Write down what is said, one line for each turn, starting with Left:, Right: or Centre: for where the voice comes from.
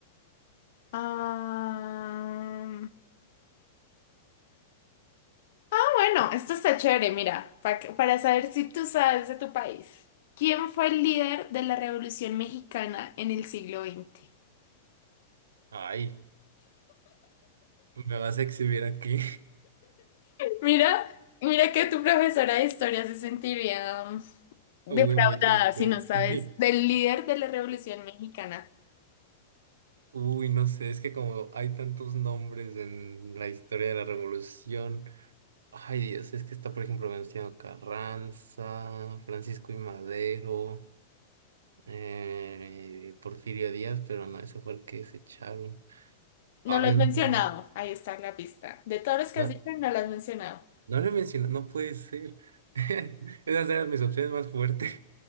Left: Ah, ah, bueno, esto está chévere, mira, pa para saber si tú sabes de tu país. ¿Quién fue el líder de la Revolución Mexicana en el siglo XX?
Right: Ay, me vas a exhibir aquí.
Left: Mira, mira que tu profesora de historia se sentiría mm,
Right: <laughs>
Left: defraudada
Right: Uy, muy triste.
Left: si no sabes
Right: Sí.
Left: del líder de la Revolución Mexicana.
Right: Uy, no sé, es que como hay tantos nombres en la historia de la revolución. Ay, Dios, es que está, por ejemplo, Venustiano Carranza, Francisco y Madero, eh, Porfirio Díaz, pero no, ese fue el que se echaron.
Left: No
Right: Ay,
Left: lo has
Right: no
Left: mencionado.
Right: sé.
Left: Ahí está la pista. De todos los que
Right: No,
Left: has dicho, no lo has mencionado.
Right: no lo he mencionado, no puede ser. <laughs> Esas eran mis opciones más fuertes.